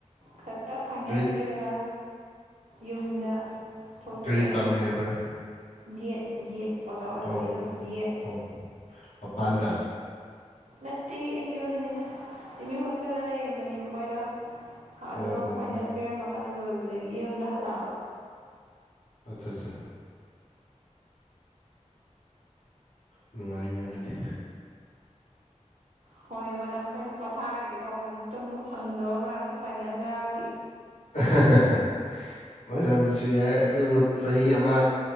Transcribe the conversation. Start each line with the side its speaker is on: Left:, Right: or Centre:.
Right: ꯈꯛ ꯛꯇ ꯐꯥꯏꯅꯦꯜ
Left: ꯀꯔꯤ
Right: ꯄꯤꯔꯒ ꯌꯨꯝꯗ ꯊꯣꯛꯂꯛꯑꯦ
Left: ꯀꯔꯤ ꯇꯝꯃꯦ ꯍꯥꯏꯕ꯭ꯔꯥ
Right: ꯕꯤ ꯑꯦꯠ ꯕꯤ ꯑꯦꯠ ꯑꯣꯖꯥ ꯑꯣꯏꯕꯒꯤꯗꯣ
Left: ꯑꯣ
Right: ꯕꯤ ꯑꯦꯠ
Left: ꯍꯣ ꯃꯄꯥꯟꯗ
Right: ꯅꯠꯇꯦ ꯑꯦꯝ ꯌꯨꯗꯅꯤꯗ ꯑꯦꯝ ꯌꯨ ꯍꯣꯁꯇꯦꯜꯗ ꯂꯩꯔꯝꯕꯅꯦꯕꯀꯣ ꯑꯩꯗꯣ ꯑꯗꯣ
Left: ꯑꯣ ꯍꯣ
Right: ꯐꯥꯏꯅꯦꯜ ꯄꯤꯔꯝꯃꯀꯥꯟꯗ ꯂꯣꯏꯕꯗꯒꯤ ꯌꯨꯝꯗ ꯍꯜꯂꯛꯑꯕ
Left: ꯑꯆꯥ ꯑꯠꯆꯥ ꯅꯨꯡꯉꯥꯏꯅ ꯑꯗꯨꯗꯤ
Right: ꯍꯣꯏ ꯃꯇꯝ ꯈꯔꯗꯤ ꯄꯣꯊꯥꯔꯒꯦ ꯇꯧꯕꯅꯤ ꯇꯨꯝꯕꯨ ꯐꯪꯗꯕ ꯃꯌꯥꯝꯗꯣ ꯐꯥꯏꯅꯦꯜ ꯃꯌꯥꯝꯒꯤ
Left: <unintelligible> ꯑꯣꯏꯔꯝꯕꯁꯨ ꯌꯥꯏ ꯑꯗꯨꯕꯨ ꯆꯍꯤ ꯑꯃ